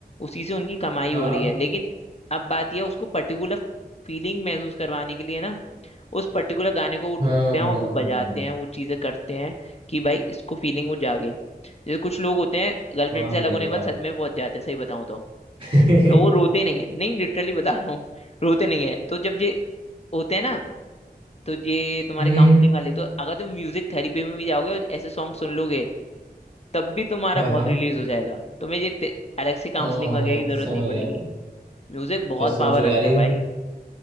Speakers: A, on the left; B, on the right.
A: उसी से उनकी कमाई
B: हाँ
A: हो रही
B: हाँ
A: है लेकिन अब बात यह उसको पर्टिकुलर फीलिंग महसूस करवाने के लिए ना उस पर्टिकुलर गाने को वो ढूंढते
B: हाँ
A: हैं और
B: हाँ
A: वो
B: हाँ
A: बजाते
B: हाँ।
A: हैं वो चीजें करते हैं कि भाई इसको फीलिंग वो जागे जैसे कुछ लोग होते हैं गर्लफ्रेंड
B: वाह
A: से अलग
B: भाई
A: होने के
B: वाह
A: बाद सदमे में पहुंच जाते हैं सही बताऊं तो
B: <laughs>
A: तो वो रोते नहीं है नहीं लिटरली बता रहा हूँ <laughs> रोते नहीं है तो जब ये होते हैं ना तो ये तुम्हारे
B: हम्म
A: काउंसलिंग वाले तो अगर तुम म्यूजिक थेरेपी में भी जाओगे और ऐसे सॉन्ग सुन लोगे तब भी तुम्हारा
B: हाँ हाँ
A: बहुत रिलीज हो जाएगा तुम्हें ये ते- अलग से काउंसलिंग
B: आ,
A: वगैरह की जरूरत
B: समझ
A: नहीं पड़ेगी
B: गया मैं
A: म्यूजिक बहुत
B: तो सोचो
A: पावर रखता
B: यार ये
A: है भाई